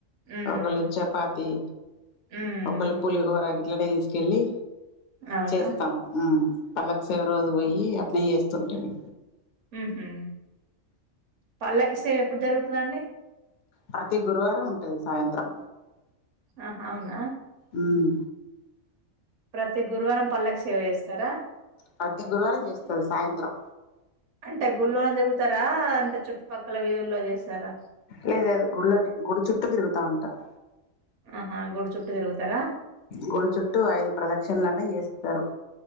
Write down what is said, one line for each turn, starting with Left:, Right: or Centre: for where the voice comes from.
Right: ఉమ్
Left: ఒకళు చపాతి
Right: ఉమ్
Left: ఒక పల ప పోలిహో రాగట్లానే కెళ్ళి
Right: అవునా
Left: చేస్తాము పల్లక శేవ రజు పోయి అట్నే చేస్తాం టే మీ
Right: ఆహమ్ పళ్ళకిసేయం ఎప్పుడు జరుగుతుందండి
Left: ప్రతి గురువారం ఉంటది సాయంత్రం
Right: ఆ అవునా
Left: ఉమ్
Right: ప్రతి గురువారం పల్లకి సేవ చేస్తారా
Left: ప్రతి గురువారం చేస్తుంది సాయంత్రం
Right: అంటే గుళ్ళనే తిరుగుతారా అంటే చుట్టుపక్కల వీధుల్లో చేస్తారా
Left: లేదు లేదు గుడిలోనే గుడి చుట్టూ తిరుగుతా ఉంటారు
Right: ఆహా గోడు చుట్టూ తిరుగుతారా
Left: గుడి చుట్టూ ఐదు ప్రదక్షిణలలను చేస్తారు